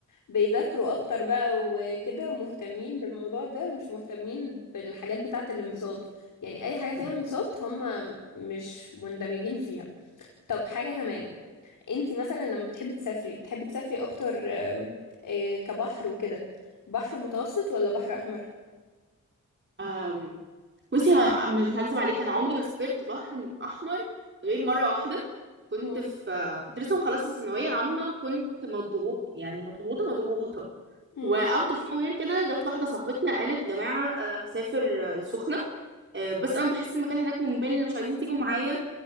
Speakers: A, on the left; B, on the right.
A: بيذاكروا اكتر بقى وكده ومهتمين بالموضوع ده مش مهتمين بالحاجات بتاعة الانبساط يعني اي حاجة فيها
B: <laughs>
A: انبساط هم مش مندمجين فيها طب حاجة كمان انتي مثلا لما بتحبي تسافري بتحبي تسافري اكتر آم، آه، كبحر وكده بحر متوسط ولا بحر احمر؟
B: أم، بصي ه- مش هكذب عليك انا عمري ما سافرت بحر م- احمر غير مره واحده كنت
A: مم.
B: في كنت لسه مخلصه ثانويه عامه وكنت مضغوط يعني مضغوطه مضغوطه
A: مم.
B: واوت اوف نو وير كده جت واحده صاحبتنا قالت جماعه انا هسافر آه، السخنه آه، بس انا بحس المكان هناك ممل مش عايزين تيجوا معايا